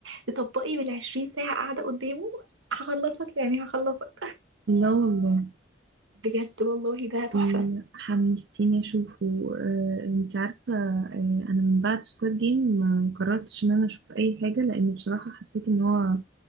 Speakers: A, on the right; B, on the right.
A: تطبقي بالعشرين ساعه قاعده قدامه هخلصك يعني هخلصك
B: لا والله
A: بجد والله ده تحفه
B: م- حمستيني اشوفه آه انت عارفه آه انا من بعد سكواد جيم ما قررتش ان انا اشوف اي حاجه لان بصراحه حسيت ان هو